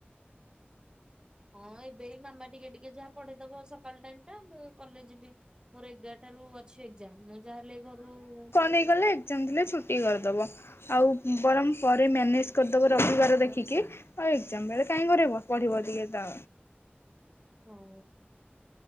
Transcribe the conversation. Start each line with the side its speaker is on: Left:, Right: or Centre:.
Right: ହଁ ଏବେ ବି ମାମା ଟିକେ ଟିକେ ଯାହା ପଢେଇଦବ ସକାଳ ଟାଇମ ଟା ମୁଁ କଲେଜ ଯିବି। ମୋର ଏଗାରଟାରୁ ଅଛି ଏକ୍ଜାମ, ମୁଁ ଯାହାହେଲେ ଘରୁ ହିଁ
Left: ନେଇଗଲେ। ଏକ୍ଜାମ ଥିଲେ ଛୁଟି କରିଦେବ ଆଉ ବରଂ ପରେ ମ୍ୟାନେଜ୍ କରିଦେବ ରବିବାର ଦେଖିକି। ଆଉ ଏକ୍ଜାମ ବେଳେ କାଇହିଁ କରିବ ପଢିବ ଟିକେ ଦା।
Right: ହଉ